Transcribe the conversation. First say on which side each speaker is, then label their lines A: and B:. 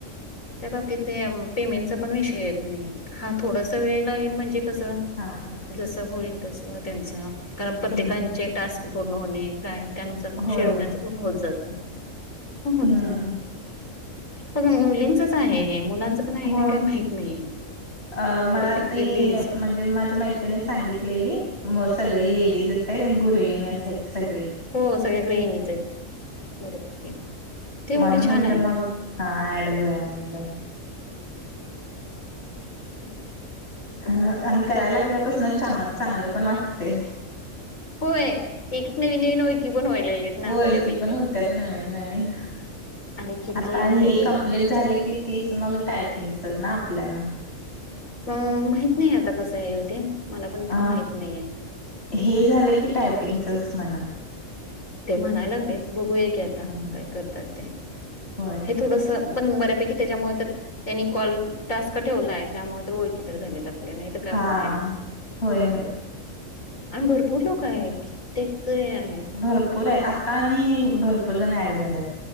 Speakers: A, on the left; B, on the left.
A: त्याबाबतीत ते पेमेंटचा पण विषय येतं नाही. तरी हा थोडासा वेळ लागेल म्हणजे कसं
B: हा हा
A: जसं होईल तसं त्यांचं कारण, प्रत्येकांचे
B: हम्म
A: टास्क पूर्ण होणे काय त्यानुसार मग
B: होय
A: शेवटाच
B: होय
A: बुक होत जातं, हुम.
B: हम्म
A: पण मुलींचं आहे हे, मुलांचं नाही
B: होय.
A: ना काही माहित नाहीये,
B: अ मला
A: बऱ्यापैकी लेडीज
B: म्हणजे ते माझ्या मैत्रिणी सांगितलेली मग, सगळ्या लेडीजचे आणि गृहिणीच आहेत सगळी.
A: हो सगळ्या गृहिणीचे बर ठीक ते
B: म्हणून
A: उलट
B: म्हणलं
A: छान आहे.
B: मग हा ऍड होऊया म्हटलं.
A: <inaudible>
B: हा आणि कराय लागल्यापासून चांगलं चांगलं पण वाटतंय,
A: होय एक नवनवीन ओळखी पण व्हायला लागलेत. ना
B: ओळखी
A: बऱ्यापैकी
B: पण होतात नवीन नवीन
A: आणि किती
B: आता
A: माहितीये
B: हे कम्प्लीट
A: का
B: झालं की तीस मग टायपिंगच ना आपल्याला
A: हू माहित नाही आता कसं येईल ते मला पण
B: अ
A: तर माहित नाहीये
B: हे झालं की टायपिंगचच म्हण
A: ते म्हणाय लागलेत बघूया की आता
B: ह
A: काय करतात ते
B: होय
A: हे तू कस पण बऱ्यापैकी त्याच्यामुळ तर त्यांनी कॉल टास्क ठेवलाय त्यामुळे तर ओळखी तर झाल्यात आपल्या नाहीतर काय
B: हा.
A: होणारे
B: होय होय
A: आणि भरपूर लोके आहेत कित्येक तरी आहेत
B: भरपूर आहेत आता आणि भरपूर जण ॲड झाल्यात